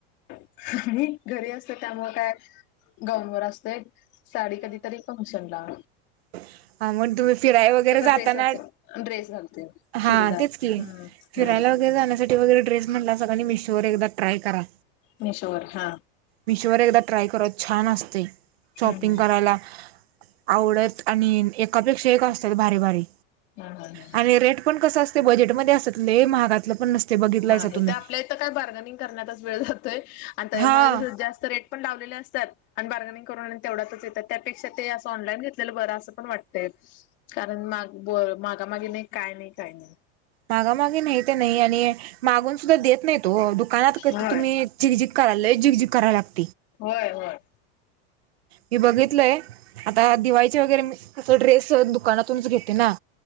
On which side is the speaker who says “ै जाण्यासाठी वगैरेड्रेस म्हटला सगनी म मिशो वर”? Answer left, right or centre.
Right